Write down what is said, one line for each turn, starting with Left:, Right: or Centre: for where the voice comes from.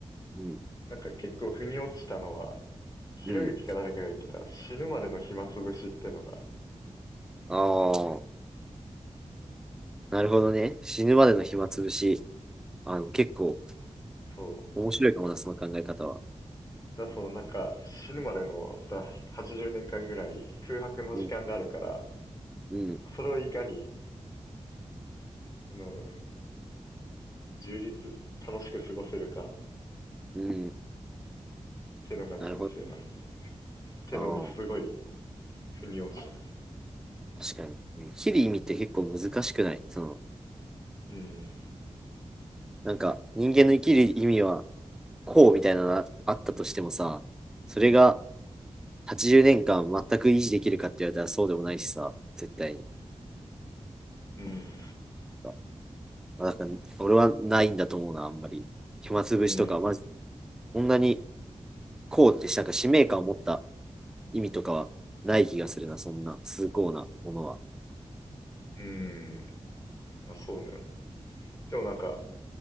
Centre: うん。
Left: なんか結構腑に落ちたのはひろゆきか誰かが言ってた死ぬまでの暇つぶしってのが
Centre: うんああ、なるほどね。死ぬまでの暇つぶし。あの、結構
Left: そ
Centre: 面白いかもな、その考え方は。
Left: うだそのなんか死ぬまでのだ80年間ぐらい空白の時間があるから
Centre: うん、うん、
Left: それをいかにあの充実楽しく過ごせるかっ
Centre: うん。
Left: てのが人生なん
Centre: なるほど。
Left: てのにすごい
Centre: ああ。
Left: 腑に落ちた。
Centre: 確かに。生きる意味って結構難しくないその、
Left: うん、
Centre: なんか人間の生きる意味はこうみたいなのがあったとしてもさ、それが
Left: うん、
Centre: 80年間全く維持できるかって言われたらそうでもないしさ、絶対に。
Left: うん、
Centre: まあ、だから俺はないんだと思うな、あんまり。暇つぶしとか、
Left: うん、
Centre: まず、こんなにこうってなんか使命感を持った意味とかはない気がするな、そんな崇高なものは。
Left: うん。まあそうね。でもなんか、